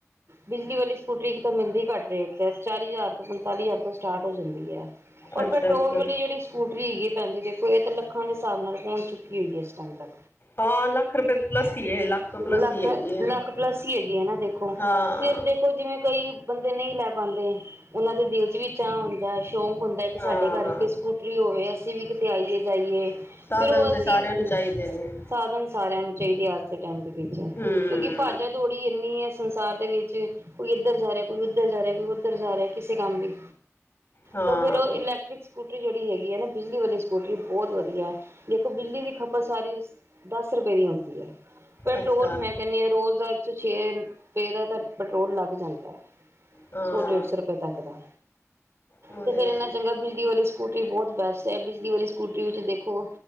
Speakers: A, on the right; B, on the left.
A: ਬਿਜਲੀ ਵਾਲੀ ਸਕੂਟਰੀ ਇੱਕ ਤਾਂ ਮਿਲਦੀ ਘੱਟ ਰੇਟ ਚਾਲੀ ਹਜ਼ਾਰ ਤੋਂ ਪੰਤਾਲੀ ਹਜ਼ਾਰ ਤੋਂ ਸਟਾਰਟ ਹੋ ਜਾਂਦੀ ਹੈ ਔਰ
B: ਅੱਛਾ
A: ਪੈਟਰੋਲ
B: ਅੱਛਾ
A: ਵਾਲੀ ਜਿਹੜੀ ਸਕੂਟਰੀ ਹੈਗੀ ਭਜੀ ਦੇਖੋ ਇਹ ਲੱਖਾਂ ਦੇ ਹਿਸਾਬ ਨਾਲ ਪਹੁੰਚ ਚੁੱਕੀ ਹੋਈ ਹੈ ਇਸ ਟਾਈਮ ਤ
B: ਹਾਂ ਲੱਖ ਰੁਪਏ ਲੱਸੀਏ ਲੱਖ ਤੋਂ ਪਲੱਸ
A: ਲੱਖ
B: ਹੀ ਹੈਗੀ ਹੈ
A: ਲੱਖ ਪਲੱਸ ਹੀ ਹੈਗੀ ਹੈ ਨਾ ਦੇਖੋ
B: ਹਾਂ
A: ਫਿਰ ਦੇਖੋ ਜਿਵੇਂ ਕਈ ਬੰਦੇ ਨਹੀਂ ਲੈ ਪਾਉਂਦੇ ਉਹਨਾਂ ਦੇ ਦਿਲ ਚ ਵੀ ਚਅ ਹੁੰਦਾ ਸ਼ੌਂਕ ਹੁੰਦਾ ਕਿ
B: ਹਾਂ
A: ਸਾਡੇ ਘਰ ਕੋ ਸਕੂਟਰੀ ਹੋਵੇ ਅਸੀਂ ਵੀ ਕਿਤੇ ਆਈਏ ਜਾਈਏ
B: ਸਾਧਨ
A: ਫਿਰ ਉਹ
B: ਤੇ
A: ਅਸੀਂ
B: ਸਾਰਿਆਂ ਨੂੰ ਚਾਹੀਦੇ ਨੇ
A: ਸਾਧਨ ਸਾਰਿਆਂ ਨੂੰ ਚਾਹੀਦੇ ਅੱਜ ਦੇ ਟਾਈਮ ਦੇ ਵਿੱਚ
B: ਹਮ
A: ਕਿਉਂਕਿ ਭਾਜਾ ਦੋੜੀ ਇੰਨੀ ਸੰਸਾਰ ਦੇ ਵਿੱਚ ਕੋਈ ਇੱਧਰ ਜਾ ਰਿਹਾ ਕੋਈ ਉੱਧਰ ਜਾ ਰਿਹਾ ਕੋਈ ਉੱਧਰ ਜਾ ਰਿਹਾ ਕਿਸੇ ਕੰਮ ਲਈ
B: ਹਾਂ
A: ਤਾਂ ਫਿਰ ਉਹ ਇਲੈਕਟਰਿਕ ਸਕੂਟਰੀ ਜਿਹੜੀ ਹੈਗੀ ਹ ਨਾ ਬਿਜਲੀ ਵਾਲੀ ਸਕੂਟਰੀ ਬਹੁਤ ਵਧੀਆ ਦੇਖੋ ਬਿਜਲੀ ਦੀ ਖਪਤ ਸਾਰੀ ਦਸ ਰੁਪਏ ਦੀ ਹੁੰਦੀ ਹ ਪੈਟਰੋਲ
B: ਅੱਛਾ
A: ਮੈਂ ਕਹਿੰਦੀ ਆਾਂ ਰੋਜ਼ ਦਾ ਇੱਕ ਸੌ ਛੇ ਰੁਪਏ ਦਾ ਪੈਟਰੋਲ ਲੱਗ ਜਾਂਦਾ ਹੈ।
B: ਹਾਂ
A: ਸੋ ਢੇੜ ਸੋ ਰੁਪਏ ਤੱਕ ਦਾ।
B: ਉਹਦੇ
A: ਤਾਂ ਫਿਰ ਇਹਦੇ ਨਾਲੋਂ ਚੰਗਾ ਬਿਜਲੀ ਵਾਲੀ ਸਕੂਟਰੀ ਬਹੁਤ ਵੈਸੇ ਬਿਜਲੀ ਵਾਲੀ ਸਕੂਟਰੀ ਵਿੱਚ ਦੇਖੋ